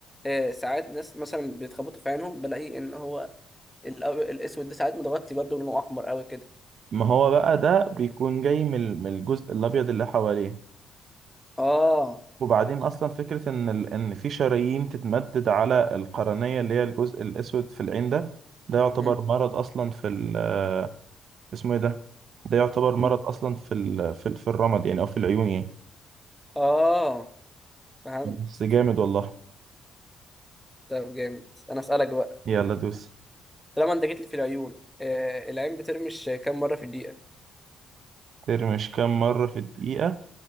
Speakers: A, in the centre; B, on the right.
A: آه، ساعات ناس مثلا بيتخبطوا في عينهم بلاقي إن هو ال- الأسود ده ساعات متغطي برضه لونه أحمر أوي كده
B: ما هو بقى ده بيكون جاي من من الجزء الابيض اللي حواليه
A: آه
B: وبعدين اصلا فكره ان ال... ان في شرايين تتمدد على القرنيه اللي هي الجزء الاسود في العين ده ده يعتبر
A: مم.
B: مرض اصلا في ال... آه، اسمه ايه ده ده يعتبر مرض
A: مم.
B: اصلا في ال... في ال... في الرمد يعني او في العيون يعني
A: آه فهمت
B: بس جامد والله
A: طب جامد أنا أسألك بقى
B: يلا دوس
A: طالما أنت جيت لي في العيون آه، العين بترمش كام مرة في الدقيقة؟
B: ترمي مش كام مره في الدقيقه